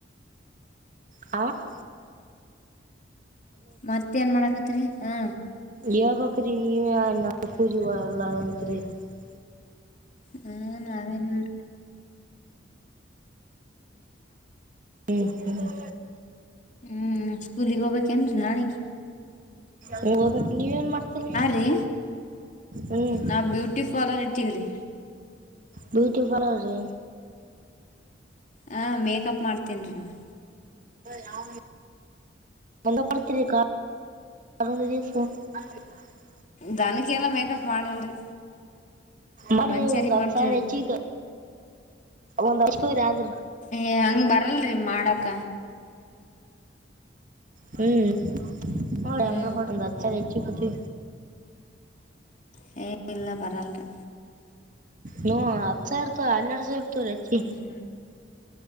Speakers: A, on the right; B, on the left.
A: ಹ <inaudible>
B: ಮತ್ತೇ ನ್ ಮಾಡಾಕತ್ರಿಹಾ
A: ಯಾವ ಬಕ್ರೀ ನೀವ ನಾಲ್ ಕುೂಜಗಲ್ಲತ್ರಿ <unintelligible>
B: ಹ್ಮ್, ನಾವೇನಲ್ರಿರಿ <unintelligible>
A: ಹ್ಮ್, ಹ್ಮ
B: ಹ್ಮ್, ಸ್ಕೂಲಿಗಿಹೋಗ್ಬೇಕೇನ್ರಿ ನಾಳಿಗಿ.
A: ಹೋಗಬೇಕು ನೀವೇನ್ ಮಾಡ್ತೀರಿ.
B: ರೀ
A: ಹ್ಮ್
B: ನಾ, ಬ್ಯೂಟಿ ಪಾರ್ಲರ್ ಇಟ್ಟೀವ್ರಿ.
A: ಬ್ಯೂಟಿ ಪಾರ್ಲರ್ ರಿ
B: ಹಾ, ಮೇಕಪ್ ಮಾಡ್ತೇನ್ರೀ ನಾನು.
A: ಯಾವ <inaudible> ಒಂಗ ಪಡತರಿಕ್ಕಾ ಅ ದಿವಸ <unintelligible>
B: ದನಕ್ಕೆಲ್ಲ ಮೇಕಪ್ ಮಾಡಲ್ರಿ
A: ಮಾಡ್ರಿ
B: ಮನಿಷರಿಗಿ
A: ಒಂದ್ ಹತ್
B: ಮಾಡ್ತವ್ರಿ.
A: ಸಾವಿರ ಹೆಚ್ಚಿಗೆ ಒಂದ್ ಹಚ್ಕೋರಿ ಆದ್ರ
B: ಏಯ್ಹಂಗ ಬರಲ್ರಿ ಮಾಡಾಕ.
A: ಹ್ಮ್ ಹೊಳೆ
B: ಹ್ಮ್
A: ಅ್ರ ಪಟ್ಟದ ಅ ಹೆಚ್ಚುಕುದು.
B: ಹೇ ಇಲ್ಲಾ ಬರಲ್ ರಿ.
A: ನೂ ಹತ್ತು ಸಾವಿರ ಇರ್ತ ಹನ್ನೆರಡು ಸಾವಿರ. ಇರ್ತವ್ರೀ ಹೆಚ್ಚಿ
B: ಹ್ಮ್